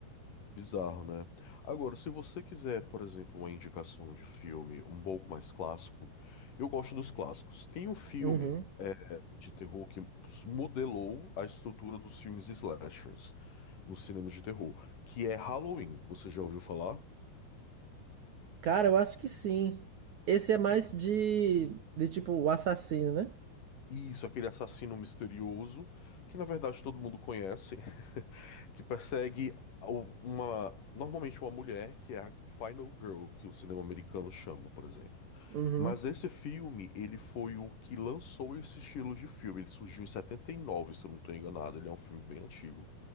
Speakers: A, on the left (about 55°); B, on the right (about 55°).
A: Bizarro, né? Agora, se você quiser, por exemplo, uma indicação de filme um pouco mais clássico, eu gosto dos clássicos. Tem um filme
B: Uhum.
A: é, de terror que modelou a estrutura dos filmes slashers nos cinemas de terror, que é Halloween. Você já ouviu falar?
B: Cara, eu acho que sim. Esse é mais de de tipo o assassino, né?
A: Isso, aquele assassino misterioso, que na verdade todo mundo conhece, <laughs> que persegue o- uma, normalmente uma mulher, que é a Final Girl, que o cinema americano chama, por exemplo.
B: Uhum.
A: Mas esse filme, ele foi o que lançou esse estilo de filme. Ele surgiu em 79, se eu não estou enganado. Ele é um filme bem antigo.